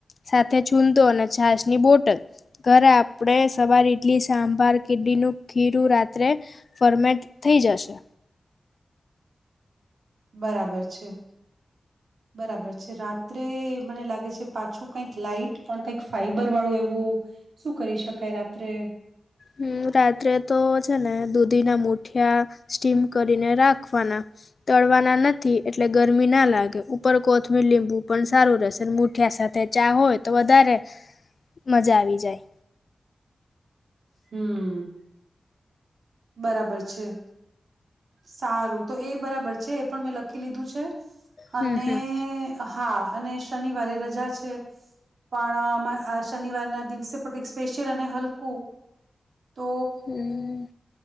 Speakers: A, on the left (about 55°); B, on the right (about 80°).
A: સાથે છુંદો અને છાસ ની બોટલ. ઘરે આપણે સવાર ઈડલી સાંભાર <unintelligible> ખીરું રાત્રે ફરમેન્ટ થઈ જશે.
B: બરાબર છે. બરાબર છે, રાત્રે મને લાગે છે, પાછું કઈક લાઈટ પણ કઈક ફાઈબર વાળું એવું, શું કરી શકાય રાત્રે?
A: હમ રાત્રે તો છે, ને દૂધીના મુઠિયા સ્ટીમ કરીને રાખવાના તળવાના નથી, એટલે ગરમી ના લાગે ઉપર કોથમીર લીંબુ પણ સારું રહેશે, મુઠિયા સાથે ચા ઓય તો વદારે મજા આવી જાય.
B: હમ. બરાબર છે. સારું તો એ બરાબર છે, એ પણ મેં લખી લીધું છે. અને
A: હમ હમ
B: હા અને શનિવારે રજા છે, પણ અમાં આ શનિવાર ના દિવસે પકંઈક સ્પેશિયલ અને હલકું તો
A: હમ.